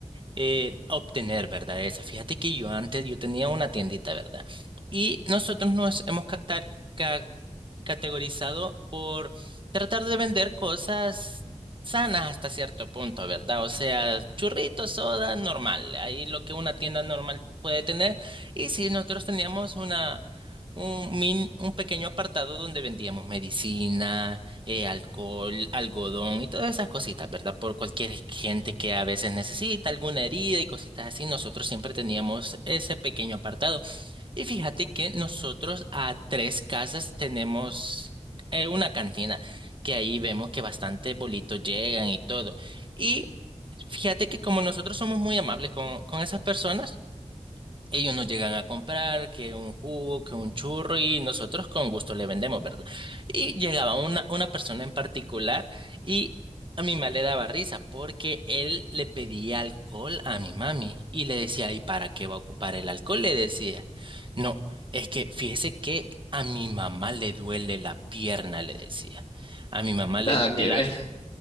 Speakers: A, on the right; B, on the left.
A: eh, obtener, ¿verdad? Eso. Fíjate que yo antes, yo tenía una tiendita, ¿verdad? Y nosotros nos hemos captar- ca- categorizado por tratar de vender cosas sanas hasta cierto punto, ¿verdad? O sea, churritos, soda, normal, ahí lo que una tienda normal puede tener. Y sí, nosotros teníamos una... Un, min- un pequeño apartado donde vendíamos medicina, eh, alcohol, algodón y todas esas cositas, ¿verdad? Por cualquier gente que a veces necesita alguna herida y cositas así, nosotros siempre teníamos ese pequeño apartado. Y fíjate que nosotros a tres casas tenemos eh, una cantina, que ahí vemos que bastantes bolitos llegan y todo. Y fíjate que como nosotros somos muy amables con, con esas personas, ellos nos llegan a comprar que un jugo, que un churro y nosotros con gusto le vendemos, ¿verdad? Y llegaba una, una persona en particular y a mi mamá le daba risa porque él le pedía alcohol a mi mami y le decía, ¿y para qué va a ocupar el alcohol? Le decía, no, es que fíjese que a mi mamá le duele la pierna, le decía. A mi mamá le
B: Nada
A: duele
B: que
A: la
B: ver <laughs>